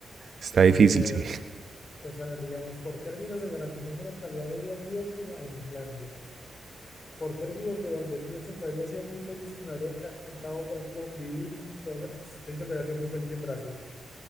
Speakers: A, on the right (about 60°); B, on the left (about 40°).
A: Está
B: Eh,
A: difícil, sí.
B: pues a ver, digamos, por términos de garantizarme una calidad de vida muy óptima en Islandia, por términos de donde pienso que habría sido muy feliz y que me habría encantado, por ejemplo, vivir y todo eso, pues, yo siento que habría sido muy feliz en Brasil.